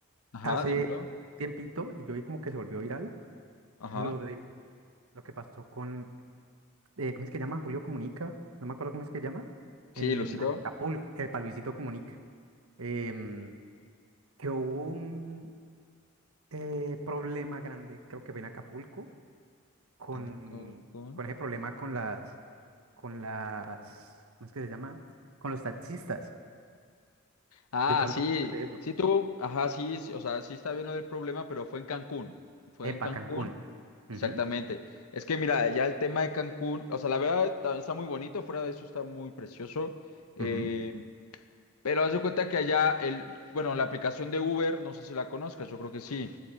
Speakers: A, on the left; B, on the right.
A: ajá,
B: hace
A: dímelo,
B: un tiempito y yo vi como que se volvió viral
A: ajá,
B: lo de lo que pasó con eh, ¿cómo es que llama? Julio Comunica, no me acuerdo cómo es que llama, en
A: sí, Luisito.
B: Acapulco, eh, para Luisito Comunica, em, que hubo un eh, problema grande, creo que fue en Acapulco, con,
A: Anacalco.
B: con ese problema con las, con las, ¿cómo es que se llama? Con los taxistas.
A: Ah,
B: De pronto,
A: sí,
B: ¿qué sabes de eso?
A: sí tú, ajá, sí, sí, o sea, sí está bien lo del problema, pero fue en Cancún, fue
B: Epa,
A: en Cancún,
B: Cancún. Ujú,
A: exactamente. Es que mira, ya el tema de Cancún, o sea, la verdad ta- está muy bonito, fuera de eso está muy precioso, eh,
B: ujú.
A: pero haz de cuenta que allá, el, bueno, la aplicación de Uber, no sé si la conozcas, yo creo que sí,